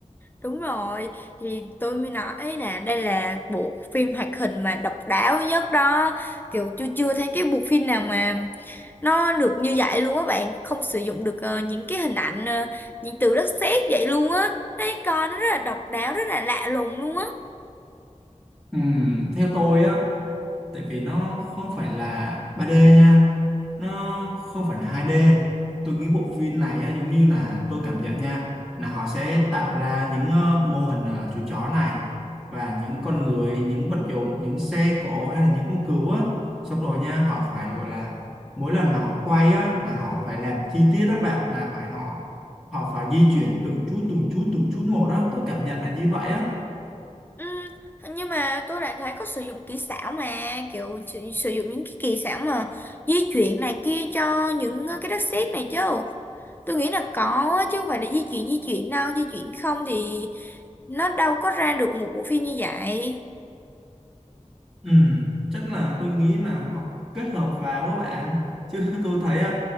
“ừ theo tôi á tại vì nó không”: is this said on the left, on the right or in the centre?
Centre